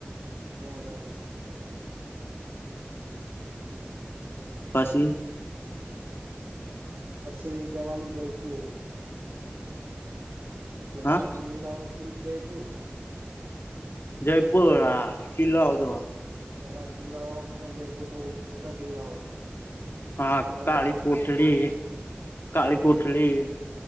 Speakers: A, on the right; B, on the left.
A: તો જવા
B: પછી
A: પછી જવાનું જયપુર. પેલા
B: હા
A: ના કિલ્લાઓ કિલ્ જયપુર
B: જયપુર હા કિલ્લો આવજો.
A: પહેલા કિલ્લાઓ જયપુર બહ મોટા કિલ્લાઓ
B: હા
A: રાજાના
B: કાળી
A: વખત
B: કોઠડી કાળી
A: હમ
B: કોઠડી